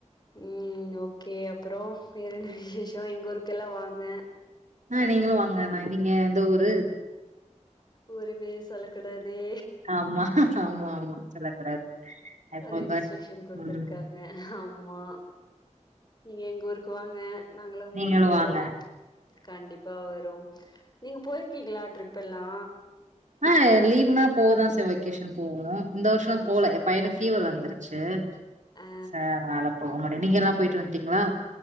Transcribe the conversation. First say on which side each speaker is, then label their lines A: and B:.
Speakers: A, on the left; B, on the right.
A: ம் ஓகே அப்றோ வேற என்ன விசேஷோ எங்க ஊருக்கெல்லா வாங்க
B: ஆ நீங்களு வாங்க ண்ணா நீங்க எந்த ஊரு
A: ஊரு பேர் சொல்லக்கூடாதே
B: ஆமா ஆமா ஆமா சொல்லக்கூடாது ஐ
A: ஒரு
B: ஃபர்காட்
A: இன்ஸ்ட்ரக்ஷ்ன் கொடுத்துருக்காங்க
B: ம்
A: ஆமா நீங்க எங்க ஊருக்கு வாங்க நாங்களு உங்க
B: நீங்களு
A: ஊருக்கு வரோ
B: வாங்க
A: கண்டிப்பா வரோ நீங்க போய்ருக்கீங்களா ட்ரிப்பெல்லா
B: ஆ லீவ்னா போவதா ச செய்வோ வெக்கேஷன் போவோ இந்த வர்ஷோ
A: வெக்கேஷன்
B: தா போல ஏ பையனுக்கு ஃபீவர் வந்துருச்சு
A: ஆ
B: ச அத்னால போக முடில நீங்க எல்லா போயிட்டு வன்ட்டீங்களா